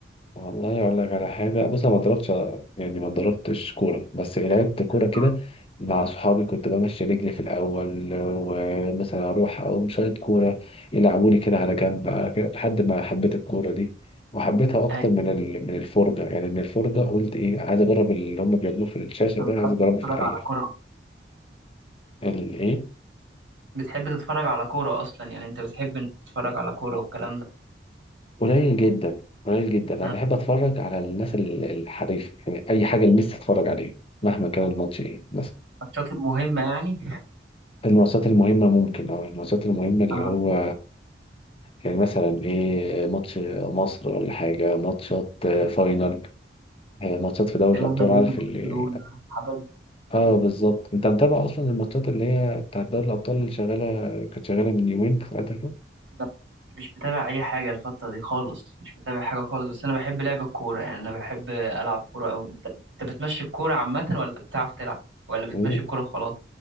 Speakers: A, on the left; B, on the right.
A: والله اقول لك على حاجه بص انا ما ضربتش يعني ما ضربتش كوره بس إيه، لعبت كوره كده
B: آه.
A: مع صحابي كنت بمشي رجلي في الاول ومثلا اروح اقوم شايط كوره يلعبوني كده على جنب لحد ما حبيت الكوره دي وحبيتها اكتر
B: أيوة
A: من ال- من الفرجه يعني من الفرجه قلت ايه عايز اجرب اللي هم بيعملوه في الشاشه
B: أنت
A: ده
B: بتحب
A: عايز اجربه
B: تتفرج
A: في الحقيقه
B: على كورة
A: الايه
B: بتحب تتفرج على كورة أصلا يعني أنت بتحب إنك تتفرج على كورة والكلام ده
A: قليل جدا قليل جدا انا
B: آه.
A: بحب اتفرج على الناس ال- الحريفه يعني اي حاجه لميسي اتفرج عليها مهما كان الماتش ايه بس
B: الماتشات المهمة يعني
A: الماتشات المهمة ممكن أو الماتشات المهمة اللي
B: آه،
A: هو يعني مثلا إيه ماتش مصر ولا حاجة ماتشات آه،
B: أيوة
A: فاينل آه، ماتشات في دوري
B: ريال
A: الأبطال
B: مدريد
A: عارف
B: وبرشلونة
A: اللي
B: الحاجات
A: آه بالظبط أنت متابع أصلا الماتشات اللي هي بتاعت دوري الأبطال اللي شغالة كانت شغالة من يومين ثلاثة
B: لا، مش متابع اي حاجه الفتره دي خالص مش متابع حاجه خالص بس انا بحب لعب الكوره يعني انا بحب العب كوره او انت انت بتمشي الكوره عامه ولا بتعرف تلعب ولا بتمشي
A: كده
B: الكوره خلاص